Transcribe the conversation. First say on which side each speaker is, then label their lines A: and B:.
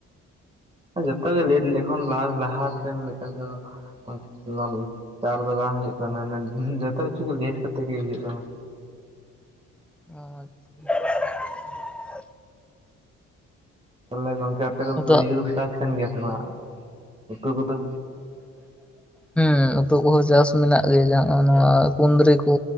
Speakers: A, on the right; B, in the centre.
A: <inaudible> ᱡᱚᱛᱚ ᱜᱮ ᱞᱮᱴ ᱞᱮᱠᱷᱟᱱ ᱞᱟᱦᱟᱼᱞᱟᱦᱟ ᱥᱮᱱ ᱞᱮᱠᱟ ᱫᱚ <inaudible> ᱪᱟᱬ ᱫᱚ ᱵᱟᱝ ᱦᱩᱭᱩᱜ ᱠᱟᱱᱟ, ᱚᱱᱟ ᱡᱚᱛᱚ ᱠᱤᱪᱷᱩ ᱜᱮ ᱞᱮᱹᱴ ᱠᱟᱛᱮ ᱜᱮ ᱤᱡᱟᱹᱜ ᱠᱟᱱᱟ
B: ᱟᱪᱷᱟ
A: ᱛᱟᱦᱞᱮ ᱜᱚᱝᱠᱮ ᱟᱯᱮ ᱠᱚᱫᱚ
B: ᱟᱫᱚ
A: ᱤᱭᱟᱹ ᱠᱚᱫᱚ <inaudible> ᱩᱛᱩ ᱪᱟᱥ ᱛᱟᱦᱮᱱ ᱜᱮᱭᱟ ᱥᱮ ᱵᱟᱝ ᱩᱛᱩ ᱠᱚᱫᱚ
B: ᱦᱮᱸ ᱩᱛᱩ ᱠᱚᱦᱚᱸ ᱪᱟᱥ ᱢᱮᱱᱟᱜ ᱜᱮᱚᱭ ᱱᱚᱣᱟ ᱠᱩᱸᱫᱽᱨᱤ ᱠᱚ